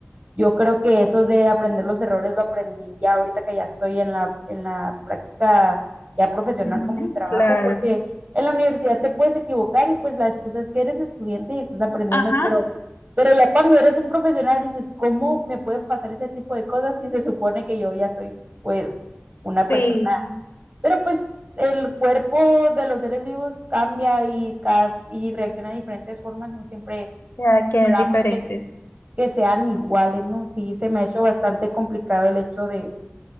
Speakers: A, on the right; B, on the left.
A: Yo creo que eso de aprender los errores lo aprendí ya ahorita que ya estoy en la, en la práctica ya profesional
B: Ujú,
A: como
B: ujú,
A: un trabajo,
B: Claro.
A: porque en la universidad te puedes equivocar y pues la excusa es que eres estudiante y estás aprendiendo,
B: Ajá.
A: pero, pero ya cuando eres un profesional dices, ¿cómo me pueden pasar ese tipo de cosas si se supone que yo ya soy pues una persona?
B: Sí,
A: Pero pues el cuerpo de los seres vivos cambia y, ca- y reacciona de diferentes formas, no siempre
B: ya que
A: esperamos
B: es diferente.
A: que
B: sí.
A: que sean iguales, ¿no? Sí, se me ha hecho bastante complicado el hecho de,